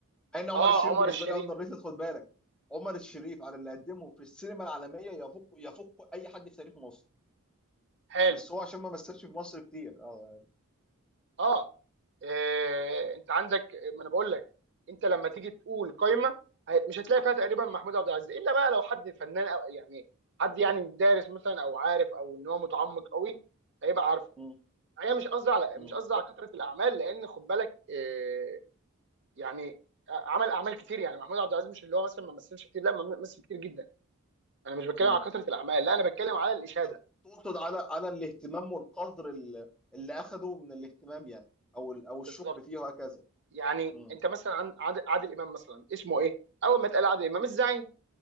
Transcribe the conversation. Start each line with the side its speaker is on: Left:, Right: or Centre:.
Centre: مع ان عمر
Right: آه،
Centre: الشريف
Right: عمر
Centre: بالنسبه
Right: الشريف
Centre: لي اندر ريتد خد بالك عمر الشريف على اللي قدمه في السينما العالميه يفوق يفوق اي حد في تاريخ مصر
Right: حلو
Centre: بس هو عشان ما مثلش في مصر كتير اه
Right: اه آه، انت عندك ما انا بقول لك انت لما تيجي تقول قايمه هي- مش هتلاقي فيها تقريبا محمود عبد العزيز الا بقى لو حد فنان او يعني حد يعني دارس مثلا او عارف او ان هو متعمق قوي هيبقى عارفه
Centre: مم.
Right: انا مش قصدي على
Centre: مم.
Right: مش قصدي على كثره الاعمال لان خد بالك آه، يعني عمل اعمال كتير يعني محمود عبد العزيز مش اللي هو مثلا ما مثلش كتير لا ما مثل كتير جدا انا مش بتكلم
Centre: مم.
Right: على كثره الاعمال لا انا بتكلم على الاشاده
Centre: انت تقصد على على الاهتمام والقدر ال- اللي اخده من الاهتمام يعني او ال- او الشكر
Right: بالظبط
Centre: فيه وهكذا
Right: يعني
Centre: مم.
Right: انت مثلا عن- عاد- عادل امام مثلا اسمه ايه اول ما اتقال عادل امام الزعيم